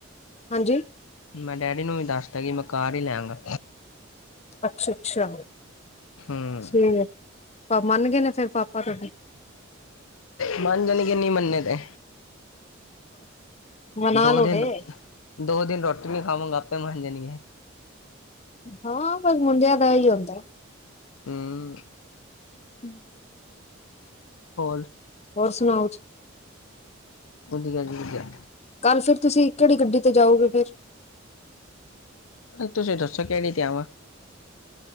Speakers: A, on the left (about 30°); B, on the left (about 80°).
A: ਹਾਂਜੀ।
B: ਮੈਂ ਡੈਡੀ ਨੂੰ ਵੀ ਦੱਸਤੈ ਕਿ ਮੈਂ ਕਾਰ ਈ ਲੈਗਾਂ।
A: ਅੱਛਾ-ਅੱਛਾ,
B: ਹਮ
A: ਠੀਕੇ, ਮੰਨ ਗਏ ਨੇ ਫੇਰ ਪਾਪਾ ਤੂਆਡੇ?
B: ਮੰਨ ਜਾਣ ਗੇ, ਨਈਂ ਮੰਨੇ ਤੇ।
A: ਮਨਾ
B: ਦੋ
A: ਲੋਗੇ
B: ਦੇਨ ਦੋ ਦੇਨ ਰੋਟੀ ਨੀ ਖਾਵਾਂਗੇ, ਆਪੇ ਮੰਨ ਜਾਣ ਗੇ।
A: ਹਾਂ, ਬਸ ਮੁੰਡਿਆਂ ਦਾ ਐਈ ਹੁੰਦਾ।
B: ਹੁੰ।
A: <inaudible>
B: ਹੋਰ
A: ਹੋਰ ਸੁਨਾਓ।
B: ਵਧੀਆ ਜੀ ਵਧੀਆ।
A: ਕੱਲ ਫੇਰ ਤੁਸੀਂ ਕੇੜੀ ਗੱਡੀ ਤੇ ਜਾਓਗੇ ਫੇਰ?
B: ਤੁਸੀਂ ਦੱਸੋ ਕੇੜੀ ਤੇ ਆਂਵਾਂ?